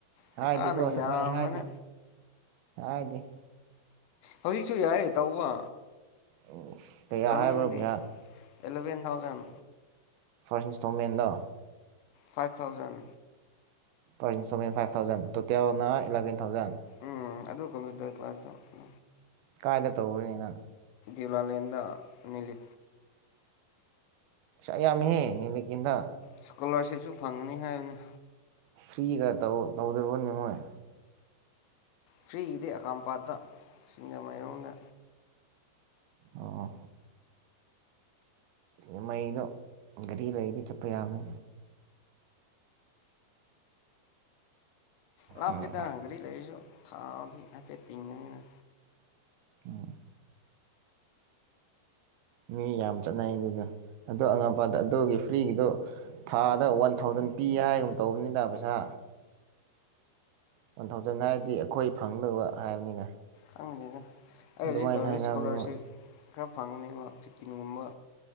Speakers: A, on the left (about 85°); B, on the right (about 75°).
A: ꯄꯩꯁꯥꯅ
B: ꯍꯥꯏꯥꯏꯗꯤ ꯀꯣꯁ
A: ꯌꯥꯝꯕꯅ
B: ꯍꯥꯏ ꯍꯥꯏꯥꯏꯗꯤ ꯍꯥꯏꯗꯤ
A: ꯍꯧꯖꯤꯛꯁꯨ ꯌꯥꯏ ꯇꯧꯕ
B: ꯑꯣ ꯀꯌꯥ
A: ꯇꯧꯅꯤꯡꯉꯗꯤ
B: ꯍꯥꯏꯕ꯭ꯔꯣ ꯄꯩꯁꯥ
A: ꯑꯦꯂꯚꯦꯟ ꯊꯥꯎꯖꯟ
B: ꯐꯥꯔꯁ ꯏꯟꯁꯇꯣꯜꯃꯦꯟꯗ
A: ꯐꯥꯏꯚ ꯊꯥꯎꯖꯟ
B: ꯐ ꯁꯦꯟ ꯐꯥꯏꯚ ꯊꯥꯎꯖꯟ ꯇꯣꯇꯦꯜꯅ ꯏꯂꯦꯚꯦꯟ ꯊꯥꯎꯖꯟ
A: ꯎꯝ ꯑꯗꯨ ꯀꯝꯄ꯭ꯌꯨꯇꯔ ꯀ꯭ꯂꯥꯁꯇ
B: ꯀꯥꯏꯗ ꯇꯧꯅꯤꯅ
A: ꯦꯂꯂꯗ ꯅꯤꯂ
B: ꯑ ꯁꯌꯥ ꯑꯃꯍꯦ ꯅꯅꯤꯂ ꯀꯗ
A: ꯏꯁꯀꯣꯂꯥꯔꯁꯤꯞꯁꯨ ꯐꯪꯒꯅꯤ ꯍꯥꯏꯕꯅꯦ
B: ꯐꯔꯤꯒ ꯇ ꯇꯧꯗꯔꯕꯅꯤꯃꯣꯏ
A: ꯐꯔꯤ ꯏꯦ ꯑꯀꯥꯎꯝ ꯄꯥꯗ ꯁꯤꯁꯤꯡꯒꯥꯥ ꯃꯩꯔꯣꯗ
B: ꯑꯣ ꯑ ꯃꯩꯗꯣ ꯒꯥꯔꯤ ꯂꯩꯗꯤ ꯆꯠꯄ ꯌꯥꯅꯤ
A: ꯂꯥꯛ
B: ꯎꯝ
A: ꯄꯤꯗ ꯍꯪꯒꯔꯤ ꯂꯩꯁꯣ ꯊꯥꯗꯤ ꯄꯦ ꯇꯤꯡꯒꯅꯤꯅ
B: ꯑ ꯃꯤ ꯌꯥꯝ ꯆꯠꯅꯩ ꯑꯗꯨꯗ ꯑꯗꯣ ꯑꯉꯝꯄꯥꯗ ꯑꯗꯨꯒꯤ ꯐ꯭ꯔꯤꯒꯤꯗꯣ ꯊꯥꯗ ꯋꯥꯟ ꯊꯥꯎꯖꯟ ꯄꯤ ꯍꯥꯏꯒꯨꯝ ꯇꯧꯕꯅꯤꯗ ꯄꯩꯁꯥ ꯋꯥꯟ ꯊꯥꯎꯖꯟ ꯍꯥꯏꯔꯗꯤ ꯑꯩꯈꯣꯏ ꯐꯪꯗꯕ ꯍꯥꯏꯕꯅꯤꯅ
A: ꯍꯪꯒꯦꯅꯦ ꯑꯩ
B: ꯑꯗꯨꯃꯥꯏꯅ
A: ꯍꯧꯖꯤꯛ ꯇꯧꯔꯤꯁꯤꯦ
B: ꯍꯥꯏꯅꯕꯅꯦ
A: ꯏꯁꯀꯣꯂꯥꯔꯁꯤꯞ
B: ꯃꯣꯏ
A: ꯈꯔ ꯐꯪꯅꯦꯕ ꯐꯤꯐꯇꯤꯟꯒꯨꯝꯕ